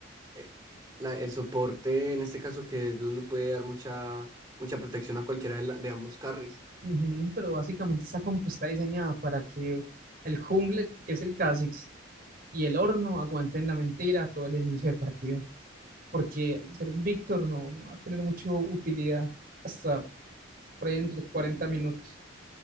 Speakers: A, on the right; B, on the right.
A: eh, la- el soporte, en este caso que es Lulu, puede dar mucha, mucha protección a cualquiera de, la- de ambos carries.
B: Ujú, pero básicamente esta compo está diseñada para que el jungle, que es el Kha'Zix, y el horno aguanten la mentira todo el inicio de partida. porque ser un Víctor no, no va a tener mucha utilidad hasta por ahí dentro de 40 minutos.